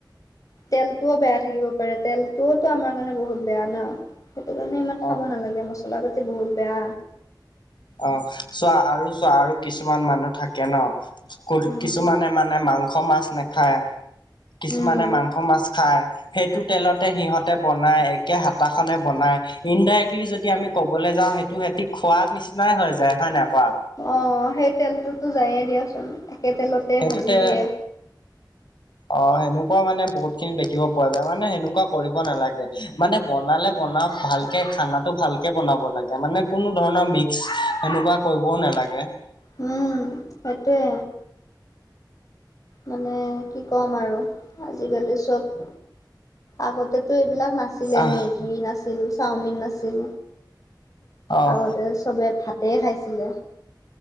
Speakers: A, on the left; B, on the left.
A: তেলটোও বেয়া থাকিব পাৰে তেলতোও তো আমাৰ কাৰণে বহুত বেয়া ন সেইটো কাৰণে ইমান
B: অ
A: খাব নালাগে মছলা পাতি। বহুত বেয়া।
B: অহ', চোৱা আৰু চোৱা আৰু কিছুমান মানুহ থাকে ন
A: উম
B: কিছুমানে মানে মাংস মাছ নেখায়। কিছুমানে
A: উম
B: মাংস মাছ খায়। সেইটো তেলতে সিহঁতে বনাই একে হাতাখনে বনাই ইনডাইৰেক্টলি যদি আমি ক বলে যাওঁ সেইটো হেতি খোৱা নিচিনাই হৈ যায় হয় নাই কৱা।
A: অ', সেই তেলটোতো যায়ে দিয়াচোন। একে তেলতে
B: সেইটোতে
A: ভাজি দিয়ে
B: অ', সেনোকুৱা মানে বহুত খিনি দেখিব পোৱা যায় মানে সেনেকুৱা কৰিব নালাগে মানে বনালে বনাওক ভাল কে খানাটো ভালকে বনাব লাগে মানে কোনো ধৰণৰ মিক্স সেনেকুৱা কৰিবও নালাগে।
A: উম হেইটোৱে। মানে কি ক'ম আৰু আজিকালি চব আগতেতো এইবিলাক নাছিলে
B: আহ
A: মেগী নাছিল চাওমিন নাছিল। আগতে
B: অ
A: চবে ভাতে খাইছিলে।